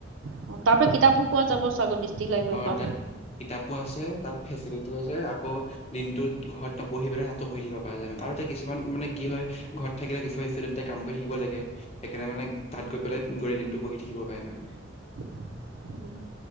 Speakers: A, on the right (about 85°); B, on the left (about 35°).
A: অ', াৰ পৰা কিতাপো পোৱা যাব <unintelligible>
B: অ
A: পৰা
B: ', তাত কিতাপো আছে তাত ফেচিলিটিও আছে আকৌ দিনটোত ঘৰত নপঢ়ি পেলাই তাতো পঢ়ি থাকিব পৰা যায় আৰু তাতে কিছুমান মানে কি হয় ঘৰত থাকিলে কিছুমান ষ্টুডেণ্টে কাম কৰি থাকিব লাগে একেৰাহে মানে তাত গৈ পেলাই গোটেই দিনটো পঢ়ি থাকিব পাৰে মানে
A: উম